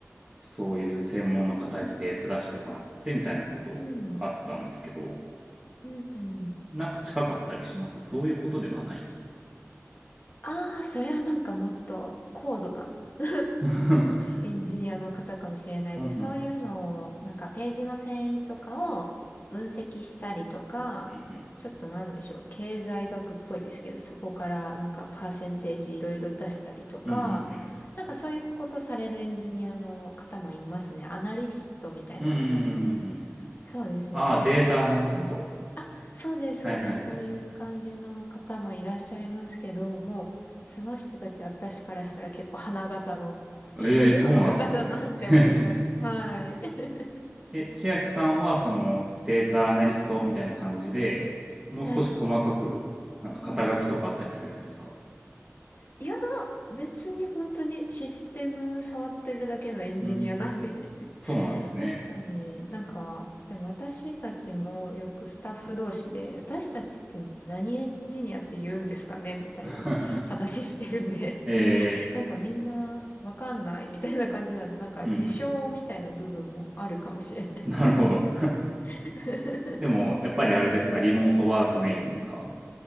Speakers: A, on the right; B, on the left.
A: そういう専門の方にデータ出してもらってみたいなことがあったんですけど、
B: うん、うん。
A: なんか近かったりしますそういうことではない。
B: ああ、それはなんかもっと高度な <laughs>
A: <laughs> うん
B: エンジニアの方かもしれないです。
A: うんうん。
B: そういうのを、なんかページの遷移とかを分析したりとか、
A: うんうん。
B: ちょっとなんでしょう、経済学っぽいですけど、そこからなんかパーセンテージいろいろ出したりとか、
A: うんうんうん。
B: なんかそういうことされるエンジニアの方もいますね。アナリストみたいな名前の。
A: うんうんうんうん
B: そうですね。
A: ああ、
B: それは結構。
A: データアナリスト。
B: あ、そうです、
A: はいはいはい。
B: そうです。そういう感じの方もいらっしゃいますけど、もう、その人たち私からしたら結構花形の職業の方だなって思います。
A: ええ、そうなんですね。<laughs>
B: はい。<laughs>
A: え、千秋さんはそのデータアナリストみたいな感じで、もう少し細かく、
B: はい。
A: なんか肩書きとかあったりするんですか
B: うん。いや、別に本当にシステム触ってるだけのエンジニアなんで
A: うーん、
B: <laughs>
A: そうなんですね。
B: 確かになんか、でも私たちもよくスタッフ同士で、私たちって何エンジニアって言うんですかねみたいな話してるんで
A: <laughs> えー
B: なんかみんなわかんないみたいな感じなんで、なんか自称みたいな部分もあるかもしれないです。
A: うんうん。なるほど。
B: <laughs>
A: <laughs> でも、やっぱりあれですか、リモートワークメインですか